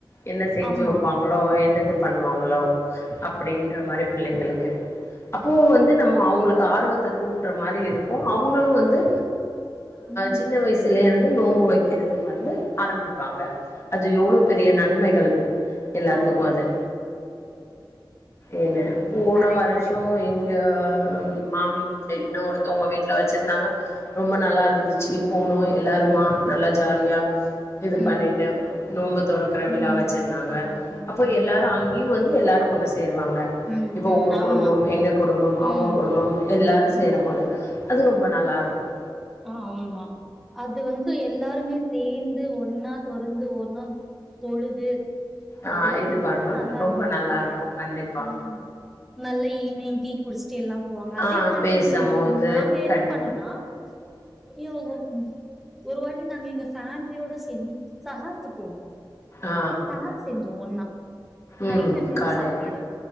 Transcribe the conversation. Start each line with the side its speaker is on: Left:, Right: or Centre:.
Left: என்ன செஞ்சு
Centre: ஆமா
Left: வெப்பாங் களோ என்ன இது பண்ணுவாங்ளோ அப்டின்ற மாரி புள்ளைங்ளுக்கு அப்பவு வந்து நம்ம அவுங்ளுக்கு ஆர்வத்த தூண்டுற மாரி இருக்கு அவங்ளு வந்து
Centre: ம்
Left: சின்ன வயசுலய இருந்து நோன்பு வைக் கிறதுக்கு வந்து ஆரம்பிப்பாங்க அது எவ்ளோ பெரிய நன்மை எல்லாத்துக்கு
Centre: ஆமா
Left: அது என்ன
Centre: ம்
Left: போன
Centre: கரெக்ட்
Left: வருஷோ
Centre: கரெக்ட்
Left: எங் ஆ மாமி வீட்ல இன்னொருத்தவங்க வீட் வீட்ல வெச்சிருந்தாங்க ரொம்ப நல்லா இருந்துச்சு போணோ எல்லாருமா நல்லா ஜாலியா இது
Centre: ம்
Left: பண்ணிட்டு நோன்ம்பு தொறக்கற விழா
Centre: ம்
Left: வச்சிருந்தாங்க
Centre: ம் ம்
Left: அப்போ
Centre: ம்
Left: எல்லாரு
Centre: ம்
Left: அங் வந்து எல்லாரு ஒண்ணு சேருவாங்க
Centre: ம்
Left: இப்ப
Centre: ம்
Left: உங்க
Centre: ஆமா
Left: குடும்பம் எங்க குடும்பம் அவுங்க
Centre: ம்
Left: குடும்பம் எல்லாரு
Centre: ம்
Left: சேரும்போது அது ரொம்ப நல்லா இருக்கு
Centre: ஆமா அது வந்து எல்லாருமே சேந்து ஒன்னா தொறந்து ஒன்னா தொழுது
Left: ஆ
Centre: அதெல்லா
Left: இது
Centre: ரொம்பவே
Left: பண்ணும்போது
Centre: நல்லா
Left: ரொம்ப
Centre: இருக்கு
Left: நல்லா
Centre: இல்லையா
Left: இருக்கு கண்டிப்பா
Centre: உம் நல்ல ஈவினிங் டீ குடிச்ட்டு எல்லா போவாங்க அதே
Left: ஆ
Centre: மாரி
Left: பேசம்போது
Centre: நாங்க என்ன
Left: கண்டிப்பா
Centre: பண்ணு ஆ <unintelligible> ஒரு வாட்டி நாங்க எங்க ஃபேமிலியோட சேந் சகார்க்கு போனோ
Left: ஆ
Centre: சகார் செஞ்சோ ஒன்னா
Left: ம்
Centre: நைட்டு நேரோ
Left: காலைல
Centre: சாப்பாடு